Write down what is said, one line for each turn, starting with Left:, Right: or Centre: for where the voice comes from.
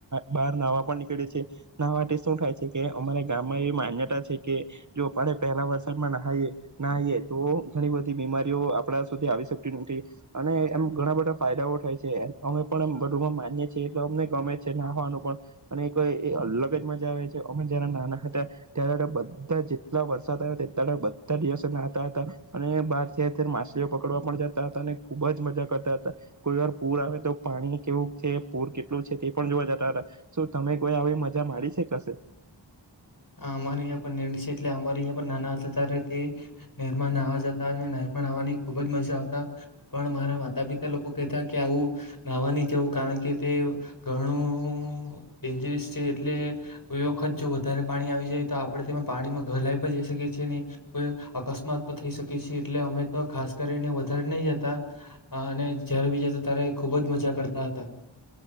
Right: બહાર નહાવા પણ નીકળે છીએ. નહવા માટે શું થાય છે? કે અમારા ગામમાં એવી માન્યતા છે કે જો, આપણે પહેલા વરસાદમાં નાહએ નાએ તો ઘણી બધી બીમારીઓ આપણા સુધી આવી શકતી નથી. અને એમ ઘણા બધા ફાયદાઓ થાય છે. અમે પણ એમ બધુંમાં માનીએ છીએ અમને ગમે છે. નાહવાનું પણ અને અલગ જ મજા આવે છે. અમે જારે નાના હતા ત્યારે, બધા જેટલા વરસાદ આવે તેટલા બધા દિવસે નાહતા હતા. અને બહાર માછલીઓ પકડવા પણ જતા હતા. અને ખુબ જ મજા કરતા હતા. કોઈ વાર પૂર આવે તો પાણી કેવું છે? પૂર કેટલું છે? તે પણ જોવા જતા હતા. શું તમે કોઈ આવી મજા માણી શે કશે?
Left: અમારે અહંયા પણ નિર છે. એટલે અમારે અહંયા પણ નાના હતા ત્યારે, તે નિર્મા નાવા જતા. અને નાનપણ આવવાની ખુબ જ મજા આવતા. પણ મારા માતા પિતા લોકો કહેતા કે આવું નાહવા નહી જવું. કારણ કે, તે ઘણું ડેન્જરિસ છે. એટલે કોઈ વખત જો વધારે પાણી આવી જાય તો આપણે તેમાં પાણીમાં ઘલાઈ પણ જઈ શકીએ છીએ, ને કોઈ અકસ્માત પણ થઈ શકીએ છીએ, એટલે અમે તો ખાસ કરીને વધારે નહી જતા. અને જય્યારે બી જતા ત્યારે ખુબ જ મજા કરતા હતા.